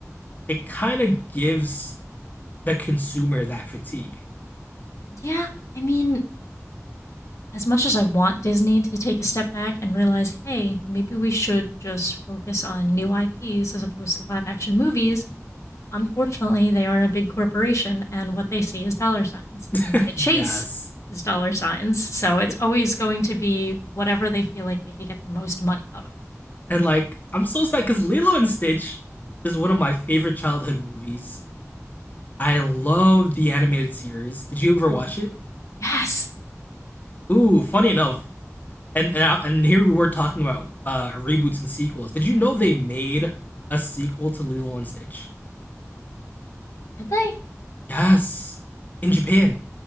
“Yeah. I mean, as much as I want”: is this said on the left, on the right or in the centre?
Left